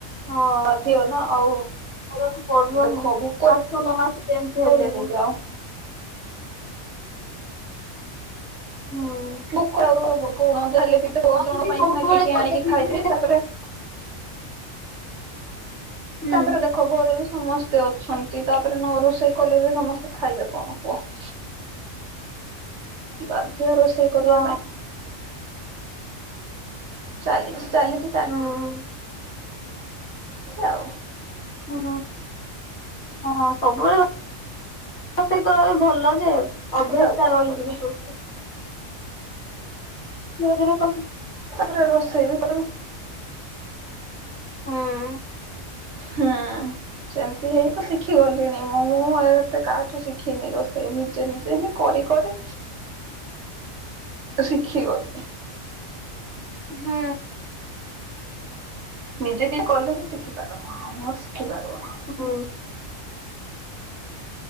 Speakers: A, on the left (about 55°); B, on the right (about 60°).
A: ହଁ
B: ବାଧ୍ୟ ନା ଆଉ।
A: କରିବାକୁ ପଡିବ
B: ଦେଖ
A: ହିଁ
B: ଭୋକରେ
A: ଆସୁ ନ ଆସୁ ଯେମିତି ହେଲେ
B: ରହିବୁ
A: ବି?
B: କି ଆଉ।
A: ହୁଁ
B: ଭୋକ ଆରୁ ହବ କଉନା ଯା ହେଲେ ବି ତ
A: ହଁ
B: ଭୋଉତ
A: ଏମିତି
B: ଜଣ ପାଇଁ
A: ସବୁବେଳେ
B: ସିନା କିଏ କିଏ
A: କଲେ
B: ଆଣିକି
A: ଧୀରେ
B: ଖାଇଦେବେ।
A: ଧୀରେ
B: ତାପରେ
A: ହୁଁ।
B: ତାପରେ ଦେଖ ତ ଘରେ ବି ସମସ୍ତେ ଅଛନ୍ତି। ତାପରେ ନ ରୋଷେଇ କଲେ ବି ସମସ୍ତେ ଖାଇବେ କଣ କୁହ। ବାଧ୍ୟ ରୋଷେଇ କରିବା
A: ହଁ
B: ପାଇଁ। ଚାଲିଛି ଚାଲିଛି ଚାଲି
A: ହୁଁ।
B: ଛି ଆଉ।
A: ହୁଁ ହଁ ସବୁବେଳେ ରୋସେଇ କଲେ ଭଲ ଯେ
B: ଗୋଟେ
A: ଅଭ୍ୟାସ
B: ଆଉ
A: ଟା
B: କଣ
A: ରହିଯିବ
B: କରିବି
A: ସବୁ। ଧୀରେ ଧୀରେ କ
B: ତାପରେ ରୋଷେଇ ବି କରିବି।
A: ହୁଁ
B: ହୁଁ। ସେମିତି ହେଇ ତ ଶିଖି ଗଲିଣି। ମୁଁ ଏତେ କାହାଠୁ ଶିଖିନି ରୋଷେଇ। ନିଜେ ନିଜେ ହିଁ କରି କରି ଶିଖିଗଲି।
A: ହୁଁ।
B: ନିଜେ ଟିକେ କଲେ ହିଁ ଶିଖିପାର ଆଉ ନହେଲେ ଶିଖିପାରିବ
A: ହୁଁ।